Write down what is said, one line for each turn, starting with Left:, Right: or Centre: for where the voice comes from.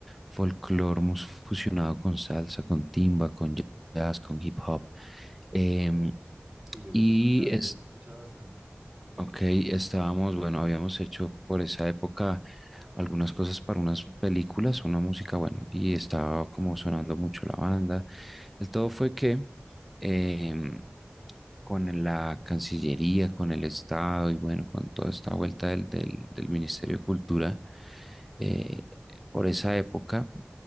Centre: folclore mus- fusionado con salsa, con timba, con jazz, con hip hop. Em,
Right: Sí, yo los
Centre: y
Right: he escuchado,
Centre: es,
Right: yo los he escuchado bastante.
Centre: ok, estábamos, bueno, habíamos hecho por esa época. algunas cosas para unas películas, una música, bueno, y estaba como sonando mucho la banda. El todo fue que em, con la Cancillería, con el Estado y bueno, con toda esta vuelta del, del- del Ministerio de Cultura, eh, por esa época.